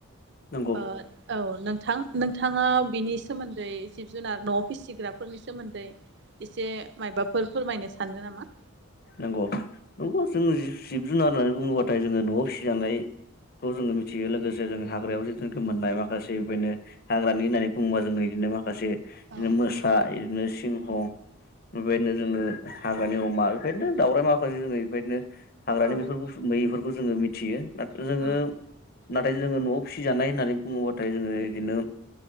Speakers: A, on the left; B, on the right.
A: नंगौ
B: औ नोंथां नोंथाङा बिनि सोमोन्दै जिब जुनार न'आव फिसिग्राफोरनि सोमोन्दै एसे मायबाफोर फोरमायनो सानदों नामा?
A: नंगौ-नंगौ जोङो जिब जुनार होननानै बुङोबाथाय जोङो न'आव फिजानाय खौ जोङो मिथियो लोगोसे जोंङो हाग्रायाव जिटुनिखि मोननाय माखासे बेनो हाग्रानि होननानै बुङोबा जोङो बिदिनो माखासे बिदिनो
B: औ
A: मोसा बिदिनो सिंह बेबायदिनो जोङो हाग्रानि अमा बेफोरनो दाउराय माखासे जोङो बेफोरदिनो हाग्रानि
B: औ
A: बेफोर बु मैफोरखौ जोङो मिथियो जोङो
B: औ
A: नाथाय जोङो न'आव फिसिजानाय होननानै बुङोबाथाय जोङो बिदिनो